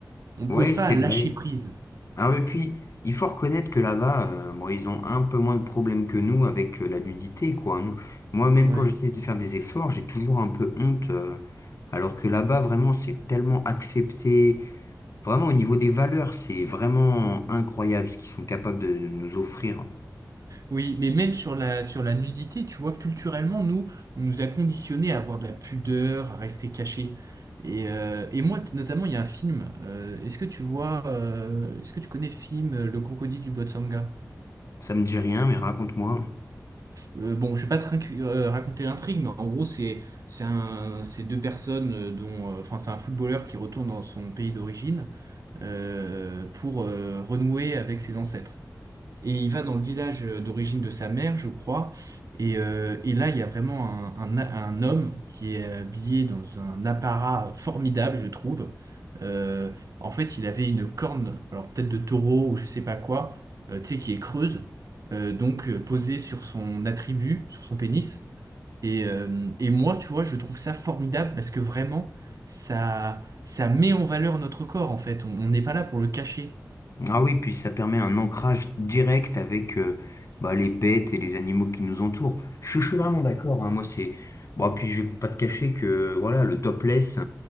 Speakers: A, on the right (about 55°); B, on the left (about 45°).
A: On
B: Ouais,
A: pouvait pas
B: c'est
A: lâcher
B: vrai.
A: prise.
B: Ah oui, puis, il faut reconnaître que là-bas, euh, bon, ils ont un peu moins de problèmes que nous avec euh, la nudité, quoi. hein. Nous, moi, même
A: Ouais.
B: quand j'essaie de faire des efforts, j'ai toujours un peu honte, euh, alors que là-bas, vraiment, c'est tellement accepté. Vraiment, au niveau des valeurs, c'est vraiment incroyable ce qu'ils sont capables de, de nous offrir.
A: Oui, mais même sur la, sur la nudité, tu vois, culturellement, nous, on nous a conditionnés à avoir de la pudeur, à rester cachés. Et, euh, et moi, t- notamment, il y a un film. euh, est-ce que tu vois, euh, est-ce que tu connais le film euh, Le Crocodile du Botswana?
B: Ça me dit rien, mais raconte-moi.
A: Euh, bon, je vais pas te rac- euh, raconter l'intrigue, mais en gros, c'est c'est un- c'est deux personnes euh, dont, euh, enfin, c'est un footballeur qui retourne dans son pays d'origine euh, pour euh, renouer avec ses ancêtres. Et il va dans le village euh, d'origine de sa mère, je crois. Et, euh, et là, il y a vraiment un, un, un homme qui est euh, habillé dans un apparat formidable, je trouve. Euh, en fait, il avait une corne, alors peut-être de taureau ou je sais pas quoi, euh, tu sais, qui est creuse, euh, donc euh, posée sur son attribut, sur son pénis. Et, euh, et moi, tu vois, je trouve ça formidable parce que vraiment, ça, ça met en valeur notre corps, en fait. On on n'est pas là pour le cacher.
B: Ah oui, puis ça permet un ancrage direct avec euh, bah, les bêtes et les animaux qui nous entourent. Je, je suis vraiment d'accord. hein, moi, c'est. Bon, puis je vais pas te cacher que voilà, le topless,